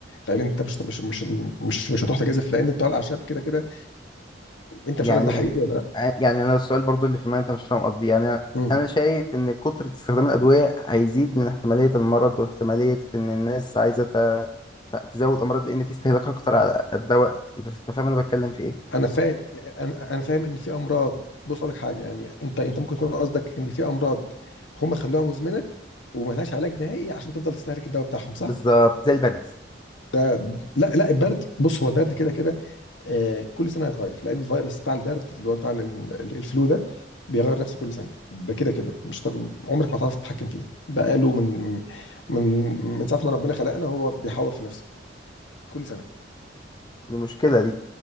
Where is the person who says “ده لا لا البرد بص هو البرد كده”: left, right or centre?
Left